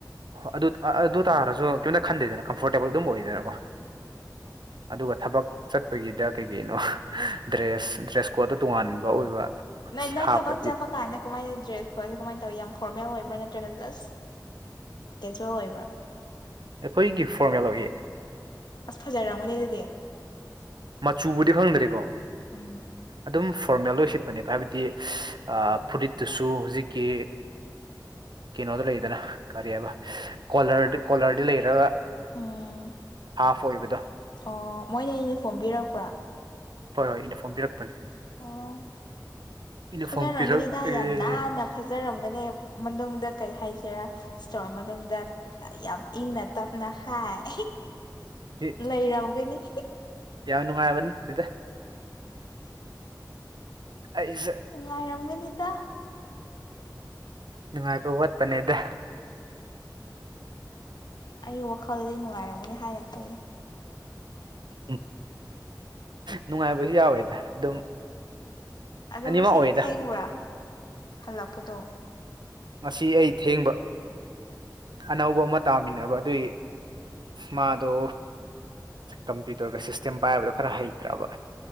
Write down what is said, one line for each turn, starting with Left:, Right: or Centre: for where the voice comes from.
Right: ꯑꯗꯨꯠ ꯑꯗꯨ ꯇꯥꯔꯁꯨ ꯀ꯭ꯌꯨꯗ ꯈꯟꯗꯦꯗꯅ ꯀꯝꯐꯣꯔꯇꯦꯕꯜ ꯑꯗꯨꯝ ꯑꯣꯏꯗꯅꯥꯀꯣ ꯑꯗꯨꯒ ꯊꯕꯛ ꯆꯠꯄꯒꯤꯗ ꯀꯩ ꯀꯩꯅꯣ ꯗ꯭ꯔꯦꯁ ꯗ꯭ꯔꯦꯁ ꯀꯣꯠꯇꯣ ꯇꯣꯡꯉꯥꯟꯕ ꯑꯣꯏꯕ
Left: ꯅꯩ ꯅꯣꯏ
Right: ꯍꯥꯞꯄꯗꯤ
Left: ꯊꯕꯛ ꯆꯠꯄ ꯀꯥꯟꯗ ꯀꯃꯥꯏꯅ ꯗ꯭ꯔꯦꯁ ꯈꯣꯠꯁꯦ ꯀꯃꯥꯏꯅ ꯇꯧꯋꯤ ꯌꯥꯝ ꯐꯣꯔꯃꯦꯜ ꯑꯣꯏꯕ꯭ꯔꯥ ꯅꯠꯇ꯭ꯔꯒ ꯖ꯭ꯁ ꯀꯦꯖꯨꯋꯦꯜ ꯑꯣꯏꯕ꯭ꯔꯥ
Right: ꯑꯩꯈꯣꯏꯒꯤ ꯐꯣꯔꯃꯦꯜ ꯑꯣꯏꯌꯦ
Left: ꯑꯁ ꯐꯖꯔꯝꯒꯅꯤ ꯑꯗꯨꯗꯤ
Right: ꯃꯆꯨꯕꯨꯗꯤ ꯈꯪꯗꯔꯤꯀꯣ
Left: ꯎꯝ
Right: ꯑꯗꯨꯝ ꯐꯣꯔꯃꯦꯜ ꯑꯣꯏ ꯁꯤꯠꯄꯅꯦꯕ ꯍꯥꯏꯕꯗꯤ ꯑꯥ ꯐꯨꯔꯤꯠꯇꯨꯁꯨ ꯍꯧꯖꯤꯛꯀꯤ ꯀꯦꯩꯅꯣꯗꯣ ꯂꯩꯗꯅ ꯀꯔꯤ ꯍꯥꯏꯕ ꯀꯣꯂꯔ ꯀꯣꯂꯔꯗꯤ ꯂꯩꯔꯕ
Left: ꯎꯝ
Right: ꯍꯥꯐ ꯑꯣꯏꯕꯗꯣ
Left: ꯑꯣ ꯃꯣꯏꯅ ꯌꯨꯅꯤꯐꯣꯔꯝ ꯄꯤꯔꯛꯄ꯭ꯔꯥ
Right: ꯍꯣꯏ ꯍꯣꯏ ꯏꯅꯤꯐꯣꯔꯝ ꯄꯔꯛꯄꯅꯤ
Left: ꯑꯣ
Right: ꯌꯨꯅꯤꯐꯣꯔꯝ
Left: ꯐꯖꯔꯝꯒꯅꯤꯗ
Right: ꯄꯤꯔꯛ ꯑꯦ
Left: ꯌꯥꯝ ꯅꯥꯟꯅ ꯐꯖꯔꯝꯒꯅꯤ ꯃꯅꯨꯡꯗ ꯀꯩ ꯍꯥꯏꯁꯤꯔꯥ ꯏꯁꯇꯣꯔ ꯃꯅꯨꯡꯗ ꯌꯥꯝ ꯏꯪꯅ ꯇꯞꯅ ꯍꯥꯏ
Right: ꯍ
Left: ꯂꯩꯔꯝꯒꯅꯤ
Right: ꯌꯥꯝ ꯅꯨꯡꯉꯥꯏꯕ ꯅꯠꯇꯦꯗ ꯑꯩꯁꯦ
Left: ꯅꯨꯡꯉꯥꯏꯔꯝꯒꯅꯤꯗ
Right: ꯅꯨꯡꯉꯥꯏꯕ ꯋꯥꯠꯄꯅꯦꯗ
Left: ꯑꯩꯒꯤ ꯋꯥꯈꯜꯗꯗꯤ ꯅꯨꯡꯉꯥꯏꯔꯝꯒꯗꯤ ꯍꯥꯏꯔꯛꯀꯅꯤ
Right: ꯎꯝ ꯅꯨꯡꯉꯥꯏꯕꯁꯨ ꯌꯥꯎꯋꯦꯗ ꯑꯗꯨꯝ
Left: ꯑꯗꯣ
Right: ꯑꯅꯤꯃꯛ
Left: ꯉꯁꯤꯗꯤ
Right: ꯑꯣꯏꯌꯦꯗ
Left: ꯊꯩ꯭ꯔꯥ ꯍꯜꯂꯛꯄꯗꯣ
Right: ꯉꯁꯤ ꯑꯩ ꯊꯦꯡꯕ ꯑꯅꯧꯕ ꯑꯃ ꯇꯥꯃꯤꯟꯅꯕ ꯑꯗꯨꯏ ꯃꯥꯗꯣ ꯀꯝꯄ꯭ꯌꯨꯇꯔꯒ ꯁꯤꯁꯇꯦꯝ ꯄꯥꯏꯕꯗꯣ ꯈꯔ ꯍꯩꯇ꯭ꯔꯕ